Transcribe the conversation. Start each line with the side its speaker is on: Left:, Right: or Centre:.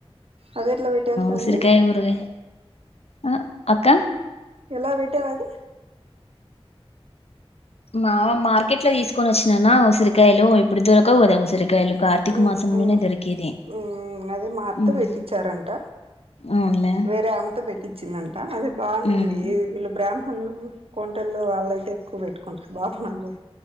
Right: అది ఎట్లా పెట్టేసావ్
Left: ఉసిరికాయ
Right: అంటి
Left: ఊరగాయ ఆ అక్క
Right: ఎలా పెట్టావు అది
Left: మా మార్కెట్ లో తీసుకొనొచ్చినాన్న ఉసిరికాయలు ఇప్పుడు దొరకవు కదా ఉసిరికాయలు కార్తీక
Right: మ్మ్
Left: మాసంలోనే
Right: మ్మ్
Left: దొరికేది
Right: మ్మ్ అదే మా అత్త
Left: ఉమ్
Right: పెట్టించారంట
Left: అవునులే
Right: వేరే ఆమెతో పెట్టి వచ్చిందంట అది బాగుంది
Left: ఉమ్
Right: వీళ్ళు బ్రాహ్మణులు కొంటోళ్లు వాళ్ళయితే ఎక్కువ పెట్టుకుంటారు బాపనోళ్ళు